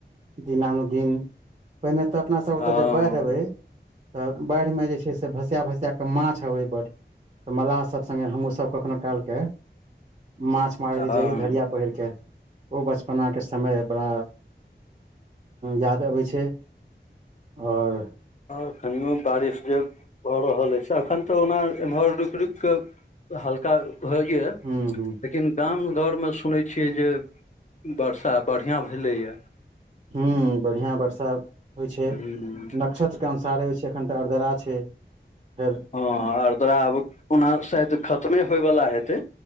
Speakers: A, on the right (about 35°); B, on the left (about 40°).
A: दिनानुदिन पहिने तऽ अपना सब ओतऽ
B: हँ
A: जे बाढ़ि अबै तऽ बाढ़िमे जे छै से भसिया भसिया क माछ ह बड मलाह सब सगे हमहुँ सब कखनो काल के माछ मारय
B: हँ
A: ल जाइय धड़िया पहिर कऽ ओ बचपना के समय बड़ा याद अबै छै आओर
B: आओर अखनियो बारिश जे भऽ रहल अछि से अखन तऽ ओना एम्हर रुकि रुकिकऽ हल्का हो ये
A: हूँ हूँ
B: लेकिन गाम घर मे सुन छियै जे वर्षा बढ़िआँ भेलैए
A: हुं बढ़िया वर्षा होइ छै
B: हूँ,
A: नक्षत्र के अनुसारे होइ छै एखन तऽ आर्द्रा छै फेर
B: हँ आरदरा आब ओना शायद खतमे होयवला हेतै